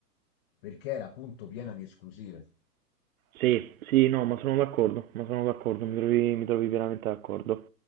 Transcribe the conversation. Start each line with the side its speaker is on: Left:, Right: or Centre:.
Left: perché era appunto piena di esclusive.
Right: sì, sì, no, ma sono d'accordo, ma sono d'accordo, mi trovi, mi trovi veramente d'accordo.